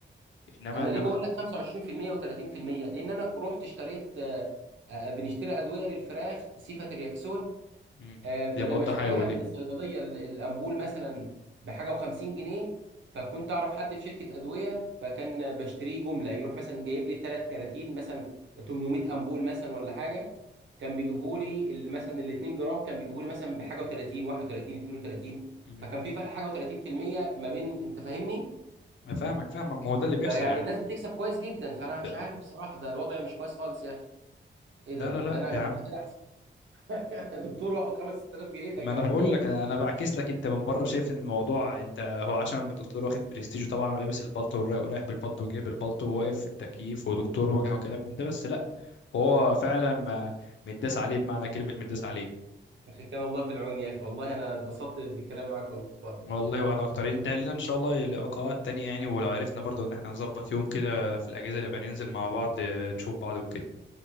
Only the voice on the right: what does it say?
انا
ليه بقول لك 25% و30% لان انا رحت اشتريت آه، آه، بنشتري ادويه للفراخ سيفا ترياكسون
آه، بدل
ما اشتريها
من
الصيدليه ال- الامبول مثلا بحاجه و50 جنيه فكنت اعرف حد في شركه ادويه فكان بشتريه جمله يروح مثلا جايب لي ثلاث كراتين مثلا 800 امبول مثلا ولا حاجه كان بيجيبوا لي ال- مثلا ال 2 جرام كان بيجيبوا لي مثلا بحاجه و30 31 32
فكان في فرق حاجه و30% ما بين انت فاهمني
فيعني
الناس بتكسب كويس جدا فانا مش
عارف بصراحه ده الوضع مش كويس خالص يا اخي ايه
ده
ده انا
ده انا كده احسن <laughs> دكتور واخد 5000 جنيه ده
كلام
فاضي
يا اخي كان الله في العون يا اخي والله انا اتبسطت بالكلام معاك والله